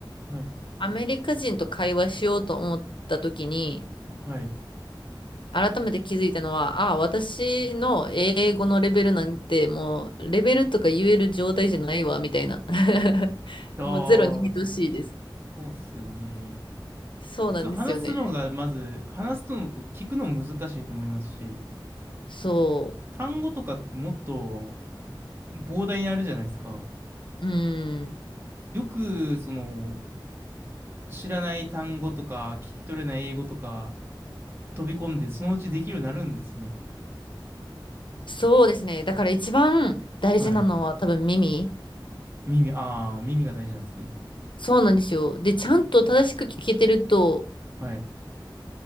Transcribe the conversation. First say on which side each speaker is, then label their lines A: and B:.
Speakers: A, on the right; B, on the left.
A: はい。
B: アメリカ人と会話しようと思った時に、
A: はい。い
B: 改めて気づいたのは、ああ、私の英語のレベルなんて、もう、レベルとか言える状態じゃないわ、みたいな。<laughs>
A: やー、
B: もうゼロに等しいです。
A: そうっすよね。
B: そうなんですよね。
A: 普通話すのが、まず、話すのと聞くの難しいと思いますし、
B: そ
A: 単語とかってもっと膨大にあるじゃないですか。
B: う。うん。
A: よく、その、知らない単語とか、聞き取れない英語とか、飛び込んで、そのうちできるようになるんですね。
B: そうですね。だから一番大事なのは多分耳。
A: はい。耳、ああ、耳が大事なんですね。
B: そうなんですよ。で、ちゃんと正しく聞けてると、
A: はい。